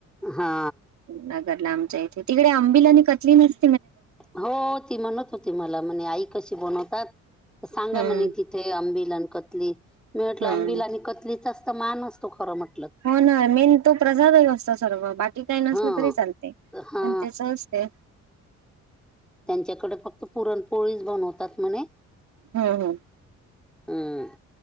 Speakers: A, in the centre; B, on the right.
A: हा
B: नगर ला आमच्या इथे, तिकडे अंबिल आणि कत्ली नस
A: हो. ती म्हणत होती मला, म्हणे आई कशी बनवतात? सांगा
B: हम्म
A: म्हणे तिथे अंबिल आणि कतली. मी म्हटलं
B: हम्म
A: अंबिल आणि कतलीच चा मान असतो खरं मग
B: हो ना, मेन तो प्रसाद असतो सर्व बाकी की काही नसल
A: हा
B: तरी चालतय
A: हा
B: पण तेचं असतय
A: त्यांच्याकडे फक्त पुरणपोळीच बनवतात म्हणे
B: हम्म हम्म
A: हम्म